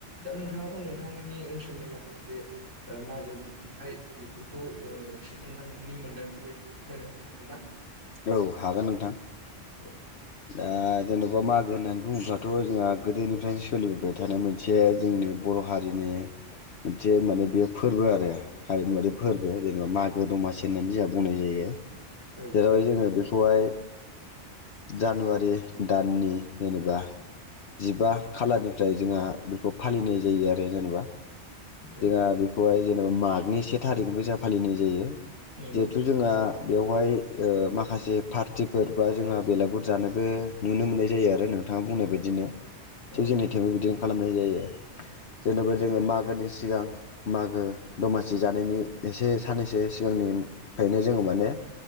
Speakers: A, on the right (about 80°); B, on the left (about 65°).
A: दा नोंथाङाबो नोंथांमोननि ओनसोलनि माखासे मागोनि खुंथाइ बेफोरखौ ओ एसे नोंथांनि मोनदांथि बायदि फोरमायना होनो हागोन ना।
B: औ हागोन नोंथां।
A: औ
B: दा जेन'बा मागो होननानै बुङोब्लाथ' जोंहा गोदोनिफ्रायनो सोलिबोबाय थानाय मोनसे जोंनि बर' हारिनि मोनसे माने बे फोरबो आरो। हारिमुवारि फोरबो जेनेबा मागो दमासि होननानै जोंहा बुंनाय जायो।
A: औ
B: जेरावहाय जोङो बेखौहाय जानुवारि दाननि जेनेबा जिबा खालारनिफ्राय जोंहा बेखौ फालिनाय जायो आरो जेनेबा
A: औ
B: जोंहा बेखौहाय जेनेबा मागनि से थारिखनिफ्राय जोंहा फालिनाय जायो
A: नंगौ
B: जिहेथु जोंहा बेवहाय माखासे पारटिफोर बा जोंहा बेलागुर जानायबो नुनो मोननाय जायो आरो नों नोंथाङा बुंनाय बायदिनो थिग
A: औ
B: जोंनि
A: नंगौ
B: थबो बिदिनो खालामनाय जायो जेनेबा
A: औ
B: जोङो मागोनि सिगां मागो दमासि जानायनि एसे साननैसो सिगांनिफ्रायनो जोङो माने